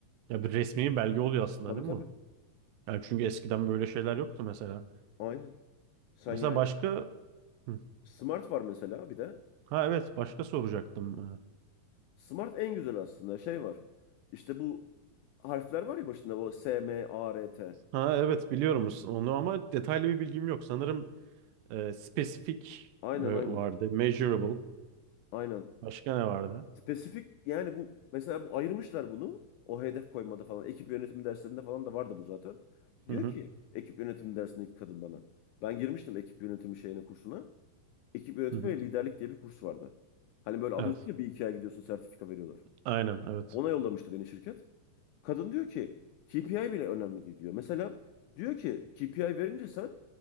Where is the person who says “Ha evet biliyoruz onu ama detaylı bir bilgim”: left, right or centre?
Right